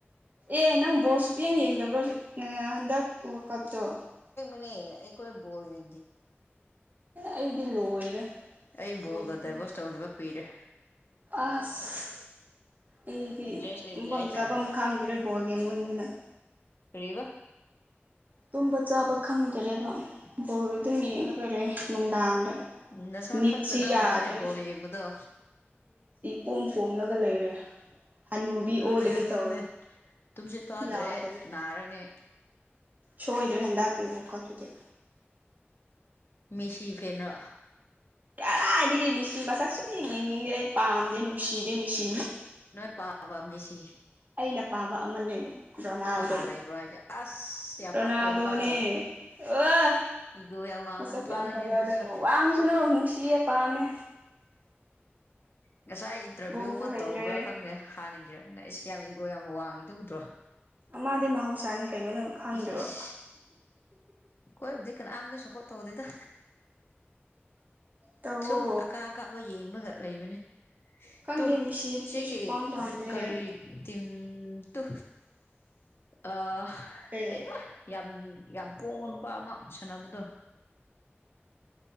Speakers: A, on the right (about 45°); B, on the left (about 60°).
A: ꯑꯦ ꯅꯪ ꯕ ꯁꯨꯄꯤꯌꯥ ꯌꯦꯡꯗꯕ ꯔꯣꯖꯤ ꯍꯥꯟꯗꯀꯞꯗꯣ
B: <unintelligible> ꯑꯩꯔ ꯕꯣꯜꯒꯦ
A: ꯑꯩꯗꯤ ꯂꯣꯏꯔꯦ
B: ꯑꯩ ꯕꯣꯜꯒ
A: ꯌꯦꯡ
B: ꯗꯥꯏꯚꯣꯔꯁ ꯇꯧꯈꯤꯕ ꯀꯨꯏꯔꯦ
A: ꯑꯁ ꯑꯩꯗꯤ
B: ꯏꯟꯇꯔꯦꯁ ꯂꯩꯇꯦ
A: ꯌꯨꯝꯐꯝ
B: ꯍꯥꯏꯇꯥꯔꯦ
A: ꯆꯥꯐꯝ ꯈꯪꯗ꯭ꯔꯦ ꯕꯣꯜ ꯌꯥꯡꯃꯟꯗꯅ
B: ꯕ <unintelligible>
A: ꯇꯨꯝꯕ ꯆꯥꯕ ꯈꯪꯗꯔꯦꯕ ꯕꯣꯜ ꯑꯗꯨ ꯌꯦꯉꯒꯥ ꯂꯩ ꯅꯨꯡꯗꯥꯡꯗ
B: ꯎꯝ ꯅꯁꯥ
A: ꯃꯤꯠꯁꯤ
B: ꯐꯠꯇꯅꯕꯅꯤꯅꯦ
A: ꯌꯥꯗ꯭ꯔꯦ
B: ꯕꯣꯔ ꯌꯦꯡꯕꯗꯣ
A: ꯄꯣꯝ ꯄꯣꯝꯂꯒ ꯂꯩꯔꯦ ꯍꯅꯨꯕꯤ
B: ꯑꯗꯨꯅꯦ
A: ꯑꯣꯜꯂꯒꯦ
B: ꯑꯗꯨꯅꯦ
A: ꯇꯧꯔꯦ
B: ꯇꯨꯝꯁꯤꯠ ꯐꯥꯗ꯭ꯔꯦ
A: ꯌꯥꯗꯔꯦ
B: ꯅꯥꯔꯅꯤ
A: ꯁꯣꯏꯗ꯭ꯔꯦ ꯍꯟꯗꯛꯇꯄꯤꯕꯨꯀꯛꯇꯨꯗꯤ
B: ꯃꯤꯁꯤ ꯐꯅꯣ
A: ꯇꯥꯔꯥꯏꯗꯤꯒ ꯃꯤꯁ ꯁꯤ ꯃꯁꯛ ꯁꯨꯝ ꯌꯦꯡꯉꯅꯤꯡꯗꯦ ꯑꯩ ꯄꯥꯝꯗꯦ ꯅꯨꯡꯁꯤꯔꯦ ꯃꯤ ꯁꯤ
B: ꯅꯣꯏ ꯄꯥ ꯄ ꯃꯦꯁꯤ
A: ꯑꯩꯅ ꯄꯥꯝꯕ ꯑꯃ ꯂꯩꯌꯦ ꯔꯣꯅꯥꯜꯗꯣ
B: ꯀꯅꯥ ꯂꯩꯕ꯭ꯔꯣ ꯍꯥꯏꯁꯦ ꯑꯁ ꯌꯥꯝ
A: ꯔꯣꯅꯥꯜꯗꯣꯅꯦ
B: ꯄꯛꯇꯣꯏ ꯅꯨꯄꯥꯗꯣ
A: ꯑ
B: ꯏꯒꯣ ꯌꯥꯝ ꯋꯥꯡꯕ
A: ꯃꯁꯛ
B: ꯅꯨꯄꯥꯅꯤꯅꯦ
A: ꯌꯥꯝ ꯐꯖꯑꯗ
B: ꯑꯗꯨꯁꯨ
A: ꯋꯥꯡꯉꯁꯤꯅꯨ ꯅꯨꯡꯁꯤꯌꯦ ꯄꯥꯝꯃꯦ
B: ꯉꯁꯥꯏ ꯏꯟꯇꯔꯚꯤꯌꯨ
A: ꯕꯣꯜꯁꯨ
B: ꯑꯃ
A: ꯍꯩꯔꯦ
B: ꯇꯧꯕ꯭ꯔꯥ ꯈꯪꯗꯦ ꯍꯥꯟꯅ ꯑꯁ ꯌꯥꯝ ꯏꯒꯣ ꯌꯥꯝ ꯋꯥꯡꯉꯤꯗꯨ ꯎꯗ꯭ꯔꯣ
A: ꯃꯥꯗꯤ ꯃꯍꯧꯁꯥꯅꯦ ꯀꯩꯅꯣ ꯅꯪ ꯈꯪꯗ꯭ꯔꯣ
B: ꯏꯁ ꯏꯁ ꯑꯩꯈꯣꯏꯕꯨꯗꯤ ꯀꯅꯝꯇ ꯁꯞꯄꯣꯠ ꯊꯧꯗꯦꯗ
A: ꯇꯧꯋꯣ
B: ꯁꯨꯝ ꯑꯀꯥ ꯑꯀꯥꯕ ꯌꯦꯡꯕꯒ ꯂꯩꯕꯅꯦ
A: ꯈꯪꯗꯦ
B: ꯇꯣ
A: ꯃꯤꯁꯤꯕꯨꯗꯤ
B: ꯁꯤꯒꯤ
A: ꯁꯨꯛꯄꯥꯝ ꯄꯥꯝꯗꯦ
B: ꯀꯔꯤ ꯇꯤꯝ ꯇꯨ ꯑꯥ
A: ꯀꯩ
B: ꯀꯩꯕ ꯌꯥꯝ ꯌꯥꯝ ꯄꯣꯡꯕ ꯅꯨꯄꯥ ꯑꯃ ꯁꯥꯟꯅꯕꯗꯣ